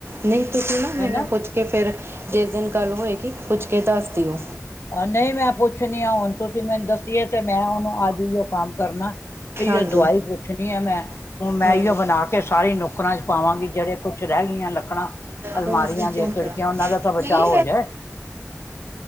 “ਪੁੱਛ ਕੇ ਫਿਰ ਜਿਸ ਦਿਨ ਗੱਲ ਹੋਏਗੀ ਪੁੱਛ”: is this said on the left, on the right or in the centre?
Right